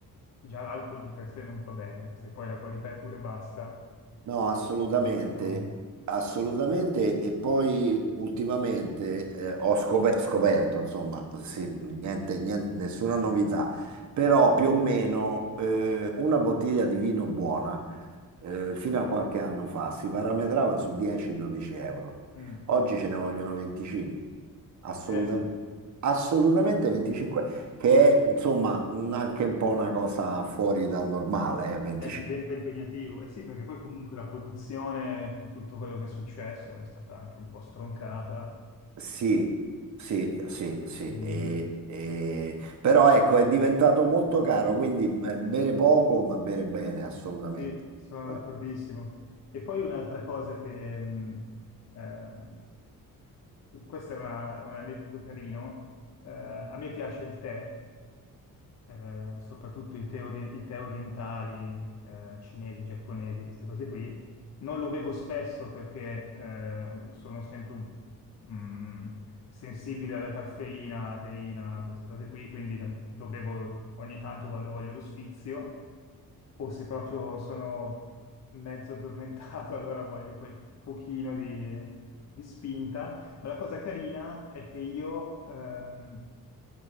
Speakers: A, on the left; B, on the right.
A: Già l'alcol di per sé non fa bene, se poi la qualità è pure bassa,
B: No, assolutamente,
A: ti, ti stronca.
B: assolutamente. E poi ultimamente eh, ho scop- scoperto, insomma, sì, niente, niente- nessuna novità, però più o meno eh, una bottiglia di vino buona eh, fino a qualche anno fa si parametrava su 10-12 euro.
A: Mm.
B: Oggi ce ne vogliono 25, assolutamente,
A: Eh sì,
B: assolutamente 25, che è insomma un- anche un po' una cosa fuori dal normale, eh, 25.
A: eh, diventa impegnativo. Eh sì, perché poi comunque la produzione, con tutto quello che è successo, è stata anche un po' stroncata.
B: Sì, sì, sì, sì,
A: Quindi
B: e- e- però ecco è diventato molto caro, quindi eh, bere poco ma bere bene assolutamente.
A: Sì, sono
B: Eh.
A: d'accordissimo. E poi un'altra cosa che, mh, ehm, questa è una- un aneddoto carino, eh, a me piace il tè eh, soprattutto i tè, ori- i tè orientali, eh, cinesi, giapponesi, queste cose qui. Non lo bevo spesso perché eh, sono sempre mm, sensibile alla caffeina, alla teina, queste cose qui, quindi lo bevo ogni tanto quando voglio lo sfizio o se proprio sono mezzo addormentato, <laughs> allora voglio quel pochino di, di spinta. Ma la cosa carina è che io ehm,